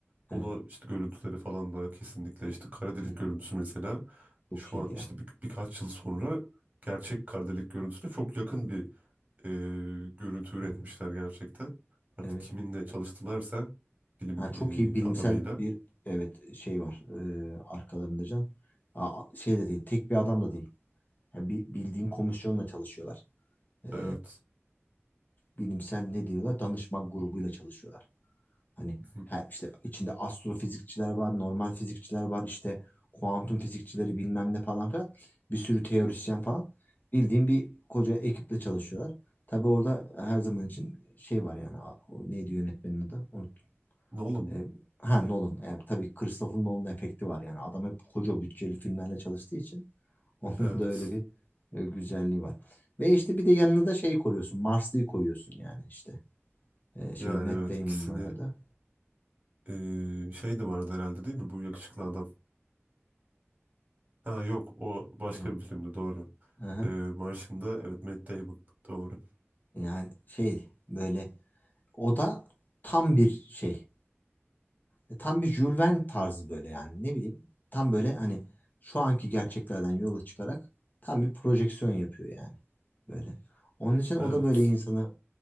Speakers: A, on the right; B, on the left.
A: Ona
B: Evet.
A: işte görüntüleri falan da kesinlikle işte kara delik
B: Hı hı.
A: görüntüsü mesela
B: Çok
A: şu
B: iyiydi
A: an işte
B: ya.
A: bir, birkaç yıl sonra gerçek kara delik görüntüsüne çok yakın bir e, görüntü üretmişler
B: Hı hı.
A: gerçekten. Artık
B: Evet.
A: kiminle çalıştılarsa bilim
B: Ha, çok iyi bilimsel
A: e, adamıyla.
B: bir evet şey var e, arkalarında can. Aa, şey de değil. Tek bir adam da değil. Ha, bir bildiğin komisyonla çalışıyorlar. e,
A: Evet.
B: bilimsel ne diyorlar? Danışma grubuyla çalışıyorlar. Hani
A: Hı hı.
B: her işte içinde astrofizikçiler var, normal fizikçiler var, işte kuantum fizikçileri bilmem ne falan filan. Bir sürü teorisyen falan. Bildiğim bir koca ekiple çalışıyorlar. Tabii orada her zaman için şey var yani a- o neydi yönetmenin adı? Unuttum.
A: Nolan.
B: E, ha Nolan. E, tabii Christopher Nolan efekti var yani. Adam hep koca bütçeli filmlerle çalıştığı için <laughs> Onun
A: Evet.
B: da öyle bir e, güzelliği var. Ve işte bir de yanına da şey koyuyorsun. Marsley'i koyuyorsun yani işte. E, şey
A: Yani
B: Matt
A: evet
B: Damon'ın
A: ikisini
B: oynadığı.
A: e, şey de vardı herhalde değil mi? Bu yakışıklı adam. Ha yok o başka
B: Hı.
A: bir filmdi doğru.
B: Aha.
A: E, Martian'da evet Matt Damon doğru.
B: Yani şey böyle o da tam bir şey. E, Tam bir Jules Verne tarzı böyle yani ne bileyim. Tam böyle hani şu anki gerçeklerden yola çıkarak tam bir projeksiyon yapıyor yani. Böyle. Onun için o
A: Evet.
B: da böyle insanı